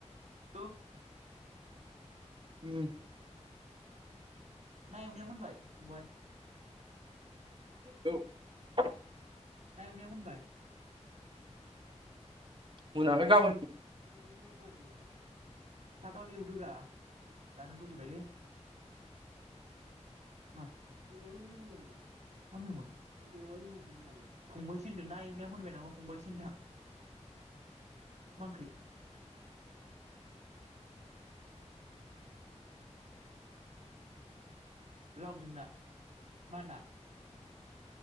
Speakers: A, on the right; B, on the right.
A: <unintelligible>
B: उम
A: ना एवनाया मोनबाय फंबाय
B: <unintelligible>
A: ना एवनाया मोनबाय
B: मोनाखै दां
A: बेवाय दं आरो नोंहा थाब थाब एवदोब्रा जानो लुगैबायलै मा मेवायजों <unintelligible> मा मेवाय बेवायना नोंनालाय फंबायसिन ना एवनाया मोनबाय नामा फंबायसो होनदां मा ओंख्रि लावजों ना मा ना